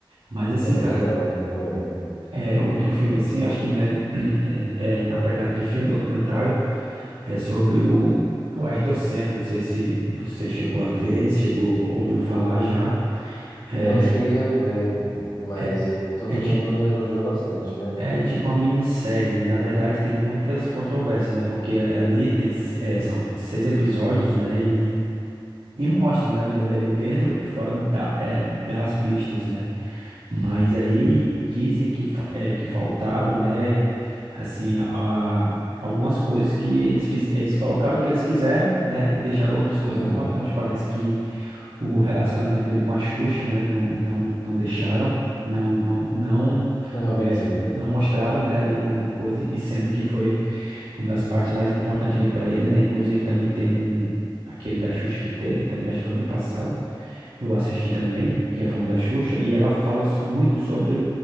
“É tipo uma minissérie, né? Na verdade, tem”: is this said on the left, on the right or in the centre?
Right